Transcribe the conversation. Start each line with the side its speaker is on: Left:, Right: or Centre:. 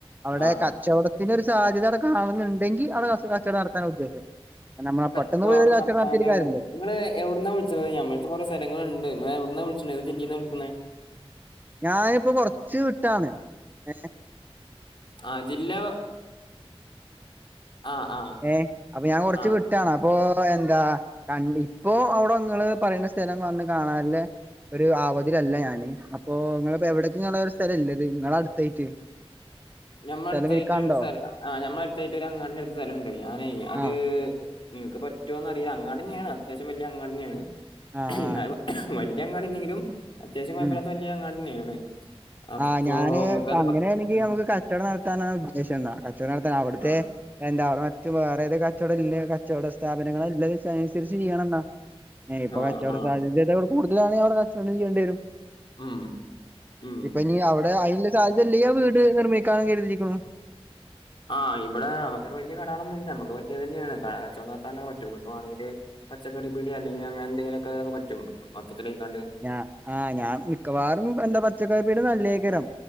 Right: അവിടെ
Left: ആഹ്
Right: കച്ചവടത്തി ദിനൊരു സാദ്യത അവിടെ കാണലുണ്ടെങ്കി അവിടെ കസിന് കച്ചോടം നടത്താനാ ഉദ്ദേശം. നമ്മള
Left: കച്ചോടം
Right: പെട്ടെന്ന് പോയി ഒരു കച്ചവടം
Left: നടത്താന്
Right: നടത്തിയിട്ട് കാര്യല്ലല്ലോ
Left: നിങ്ങൾ എവിടുന്ന വിളിച്ചുന്നത് ഞമ്മളട്ത്ത് കുറെ സ്ഥലങ്ങളുണ്ട് നിങ്ങാ എവിടന്നാ വിളിച്ച ഏത് <unintelligible> ന്നാ വിളിക്കുന്നെ?
Right: ഞാനിപ്പോ കൊറച്ച് വീട്ടാണ് ഏ.
Left: ആ ജില്ല ആഹ് ആഹ്
Right: ഏ അപ്പൊ ഞാൻ കൊറച്ച്
Left: ആഹ്
Right: വിട്ടാണ് അപ്പൊ. എന്താ കണ്ടി ഇപ്പൊ അവിടെ നിങ്ങൾ പറയുന്ന സ്ഥലം വന്ന് കാണാനുള്ള. ഒരു ആവതിലല്ല ഞാന് അപ്പൊ നിങ്ങളിപ്പോ എവിടക്കുംങ്ങള ഒരു സ്ഥലം ഇല്ലത് നിങ്ങള അടുത്തായിട്ട്
Left: ഞമ്മള
Right: സ്ഥലം
Left: അടുത്തായിട്ട്
Right: വിൽക്കാണ്ടോ
Left: ഒരു സ്ഥലം ആ ഞമ്മള അടുത്തായിട്ട് ഒരു അങ്ങാടി അടുത്ത സ്ഥലം ഉണ്ട് ഞാനയെ അത്.
Right: ആഹ്
Left: നിങ്ങൾക്ക് പറ്റോന്ന് അറീലഅങ്ങടി തന്നെയാണ് അത്യാവശ്യം വലിയ അങ്ങാടി തന്നെയാണ്
Right: ആഹ്
Left: എന്ന
Right: ആഹ്
Left: വല്യ അങ്ങാടില്ലങ്കിലും അത്യാവശ്യ കുഴപ്പല്യാത്ത
Right: ഉം
Left: വലിയ അങ്ങാടി തന്നെയാണ്. അപ്പൊ
Right: ആഹ് ഞാന്
Left: നിങ്ങക്കത്
Right: അങ്ങനെയണെങ്കി
Left: പ ഉം
Right: നമുക്ക് കച്ചോ കച്ചവട നടത്താന ഉദ്ദേശംന്നാ കച്ചടം നടത്താൻ അവിടുത്തെ
Left: ആ
Right: എന്താ മറ്റ വേറെ ഏതൊ കട കച്ചടം ഇല്ലേ കച്ചവട സ്ഥാപനങ്ങളൾ ഉള്ളത് വച്ച് എല്ലാം അനുസരിച്ച് ചെയ്യണം എന്നാ ഏഹ്
Left: ആ
Right: കച്ചവട
Left: ആ
Right: സാധ്യത കൊടു കൂടുതലണേ അവിടെ കച്ചോടം ചെയ്യേണ്ടിവരും.
Left: ഉം മ്മ്.
Right: ഇപ്പൊ ഇനി അവിടെ അയിന് ഉള്ള സാധ്യത ഇല്ലെങ്കി ആ വീട് സ്ഥലം വിൽക്കാന്ന് കരുതിരിക്കുന്നു.
Left: ആ ഇവടെ അത്ര വലിയ കടകളൊന്നും ഇല്യ നമ്മക്ക് പറ്റിയതനേണ് കച്ചോടം നടത്താൻ പറ്റും ഇങ്ങക്ക് വാണങ്കിൽ. പച്ചക്കറി പീട്യ അല്ലെങ്കി അങ്ങനെ എന്തെങ്കിലും ഒക്കെ പറ്റും. മൊത്തത്തിലേക്കാണ്ട്
Right: ഞ ആ ഞാൻ മിക്കവാറും പച്ചക്കറി പിട്യ നല്ലേ തായ്ക്കാരം.